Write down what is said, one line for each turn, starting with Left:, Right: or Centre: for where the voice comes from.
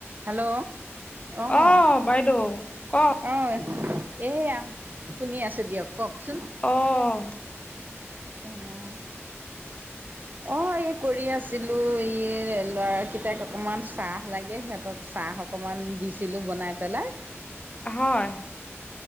Right: Hello অঁ।
Left: অ বাইদেউ ক
Right: এ, এয়া শুনি আছো দিয়ক কওকচোন?
Left: অঁ।
Right: আহ। <inaudible> অঁ এই কৰি আছিলো। এই ল'ৰাকেইটাক অকমান চাহ লাগে। সিহঁতক চাহ অকণমান দিছিলোঁ বনাই পেলাই।
Left: হয়।